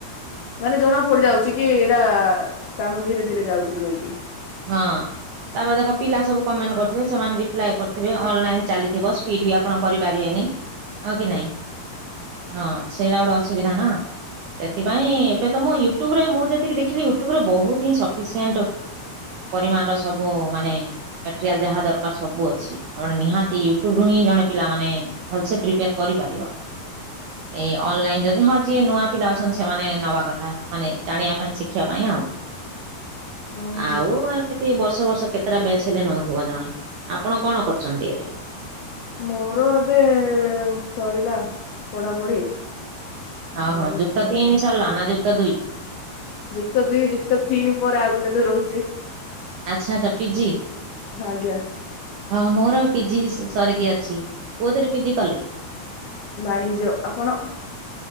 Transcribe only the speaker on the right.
ହଁ। ତାପରେ ଦେଖ ପିଲା ସବୁ କମେଣ୍ଟ କରିଥିବେ ସେମାନେ ରିପ୍ଲାଏ କରିଥିବେ ଅନଲାଇନ୍ ଚାଲିଥିବ ସ୍ପିଡ ବି ଆପଣ କରିପାରିବେନି। ହଁ କି ନାଇଁ ହଁ ସେଇଟା ଗୋଟେ ଅସୁବିଧା ନା। ସେଥିପାଇଁ ଏବେ ତ ମୁଁ ୟୁଟ୍ୟୁବ୍ ରେ ମୁଁ ଯେତିକି ଦେଖିଲି ୟୁଟ୍ୟୁବ୍ ରେ ବହୁତ ହିଁ ସଫିସିଏଣ୍ଟ ପରିମାଣର ସବୁ ମାନେ ମେଟେରିଆଲ ଯାହା ଦରକାର ସବୁ ଅଛି। ଜଣେ ନିହାତି ୟୁଟ୍ୟୁବ୍ ରୁ ହିଁ ଜଣେ ପିଲା ମାନେ ଭଲସେ ପ୍ରିପେୟାର୍ କରିପାରିବ। ଏଇ ଅନଲାଇନ ଯଦି ହଁ ଯିଏ ନୂଆ ପିଲା ଅଛନ୍ତି ସେମାନେ ନବା କଥା ମାନେ ଜାଣିବା ପାଇଁ ଶିଖିବା ପାଇଁ ଆଉ।
ଆଉ ଏମିତି ବର୍ଷ ବର୍ଷ କେତେଟା ବେଚ ହେଲେ ନଉଥିବ ଜଣେ ଆପଣ କଣ କରୁଛନ୍ତି ଏବେ?
ହଉ
ହୋ ଯୁକ୍ତ ତିନି ସରିଲା ନା ଯୁକ୍ତ ଦୁଇ?
ଆଚ୍ଛା ଆଚ୍ଛା ପିଜି?
ହଁ ମୋର ପିଜି ସରିକି ଅଛି କୋଉଥିରେ ପିଜି କଲେ।